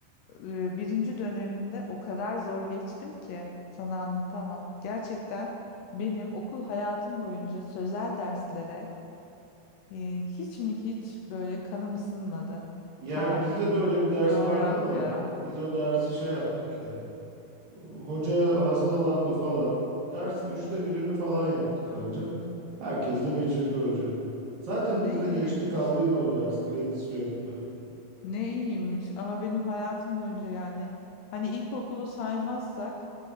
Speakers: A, on the left (about 80°); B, on the right (about 55°).
A: e, birinci döneminde o kadar zor geçtim ki sana anlatamam. Gerçekten benim okul hayatım boyunca sözel derslere Ee, hiç mi hiç böyle kanım ısınmadı.
B: Yani
A: Tarih,
B: bizde de öyle bir ders
A: coğrafya
B: vardı ama biz o dersi şey yaptık ya. Hoca hastalandı falan. Dersin üçte birini falan yaptık anca. Herkes de geçirdi hoca. Zaten
A: ne
B: bizde geçti
A: iyiymiş,
B: kaldıydı o ders. Kredisi yoktu.
A: ne iyiymiş ama benim hayatım boyunca yani hani ilkokulu saymazsak